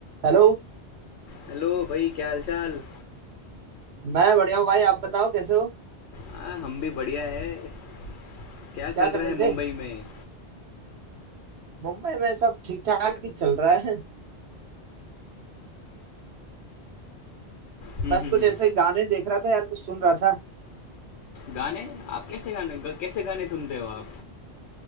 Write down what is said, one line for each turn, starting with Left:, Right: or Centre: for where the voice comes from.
Right: हेलो
Left: Hello भाई क्या हालचाल
Right: मैं बढ़िया हूँ भाई आप बताओ कैसे हो
Left: हाँ हम भी बढ़िया है क्या चल
Right: क्या कर
Left: रहा
Right: रहे
Left: है मुंबई
Right: थे
Left: में
Right: मुंबई में सब ठीक ठाक ही चल रहा है
Left: हम्म
Right: बस
Left: हम्म
Right: कुछ
Left: हम्म।
Right: ऐसे गाने देख रहा था यार कुछ सुन रहा था
Left: गाने आप कैसे गाने ग, कैसे गाने सुनते हो आप